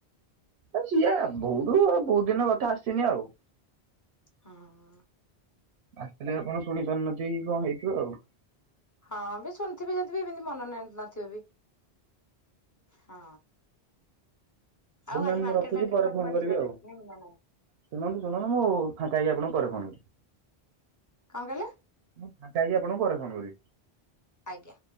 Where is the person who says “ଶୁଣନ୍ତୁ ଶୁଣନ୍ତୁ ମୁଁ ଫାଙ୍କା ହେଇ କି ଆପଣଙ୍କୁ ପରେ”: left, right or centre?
Right